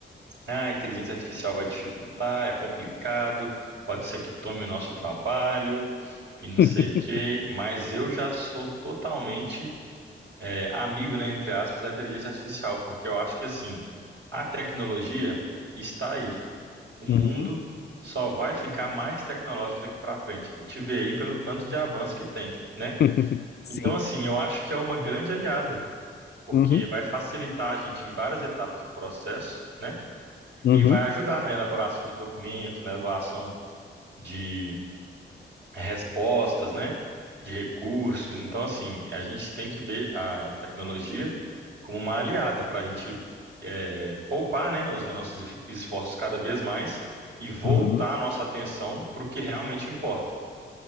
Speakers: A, on the right (about 65°); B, on the left (about 55°).
A: ah, a inteligência artificial vai dificultar, é complicado, pode ser que tome o nosso trabalho e não
B: <laughs>
A: sei o quê. Mas eu já sou totalmente é, amigo, né, entre aspas, da inteligência artificial, porque eu acho que, assim, a tecnologia está aí. O mundo
B: Uhum.
A: só vai ficar mais tecnológico daqui para frente. A gente vê aí pelo tanto de avanço que tem né?
B: <laughs> Sim.
A: Então, assim, eu acho que é uma grande aliada, porque
B: Uhum.
A: vai facilitar a gente em várias etapas do processo, né?
B: Uhum.
A: E vai ajudar na elaboração de documento, na elaboração de respostas, né? De recursos. Então, assim, a gente tem que ver a tecnologia como uma aliada para a gente é, poupar, né? Os nossos es- esforços cada vez mais e voltar
B: Uhum.
A: a nossa atenção para o que realmente importa.